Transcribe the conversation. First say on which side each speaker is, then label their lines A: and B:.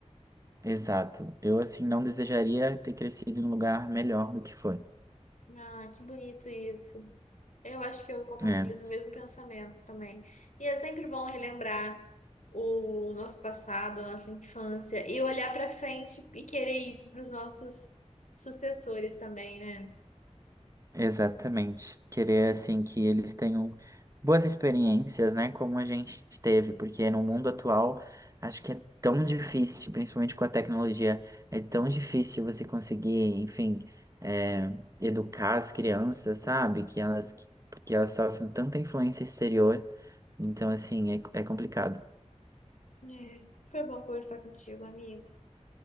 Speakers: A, on the right (about 25°); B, on the left (about 80°).
A: Exato. Eu, assim, não desejaria ter crescido em um lugar melhor do que foi.
B: Ah, que bonito isso. Eu acho que eu compartilho
A: É.
B: do mesmo pensamento também. E é sempre bom relembrar o nosso passado, a nossa infância, e olhar para frente e querer isso para os nossos sucessores também, né?
A: Exatamente. Querer assim que eles tenham boas experiências, né, como a gente teve, porque no mundo atual acho que é tão difícil, principalmente com a tecnologia, é tão difícil você conseguir, enfim, é, educar as crianças, sabe? Que elas, porque elas sofrem tanta influência exterior, então assim é, é complicado.
B: É. Foi bom conversar contigo, amigo.